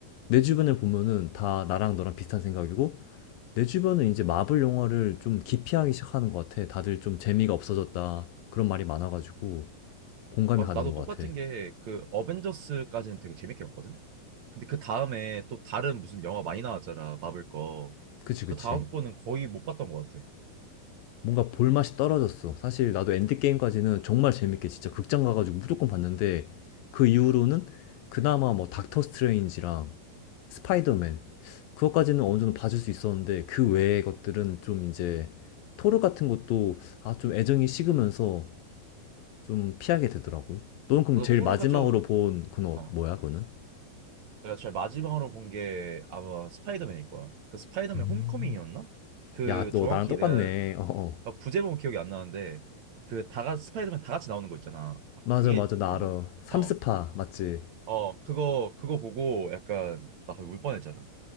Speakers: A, on the left (about 75°); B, on the right (about 55°).
A: 내 주변을 보면은 다 나랑 너랑 비슷한 생각이고 내 주변은 이제 마블 영화를 좀 기피하기 시작하는 것 같아. 다들 좀 재미가 없어졌다. 그런 말이 많아가지고 공감이
B: 맞아,
A: 가는
B: 나도
A: 것
B: 똑같은
A: 같아.
B: 게 그 어벤져스까지는 되게 재밌게 봤거든. 근데 그 다음에 또 다른 무슨 영화 많이 나왔잖아, 마블 거.
A: 그치,
B: 그
A: 그치.
B: 다음 거는 거의 못 봤던 것 같아.
A: 뭔가 볼 맛이 떨어졌어. 사실 나도 엔드게임까지는 정말 재밌게 진짜 극장 가가지고 무조건 봤는데 그 이후로는 그나마 뭐 닥터 스트레인지랑 스파이더맨 그것까지는 어느 정도 봐줄 수 있었는데 그 외의 것들은 좀 이제 토르 같은 것도 아 좀 애정이 식으면서 좀 피하게 되더라고. 너는 그럼
B: 나도
A: 제일
B: 토르가
A: 마지막으로
B: 좀,
A: 본 그건 어-
B: 어,
A: 뭐야 그거는?
B: 내가 제일 마지막으로 본 게 아마 스파이더맨일 거야. 그 스파이더맨
A: 음.
B: 홈커밍이었나? 그
A: 야, 너
B: 정확히
A: 나랑 똑같네.
B: 내가
A: 어, 어.
B: 아, 부제목은 기억이 안 나는데 그 다 같이 스파이더맨 다 같이 나오는 거 있잖아. 아,
A: 맞아,
B: 그게
A: 맞아, 나
B: 그건가?
A: 알아. 삼스파,
B: 어,
A: 맞지?
B: 어, 그거, 그거 보고 약간, 나 거의 울 뻔했잖아.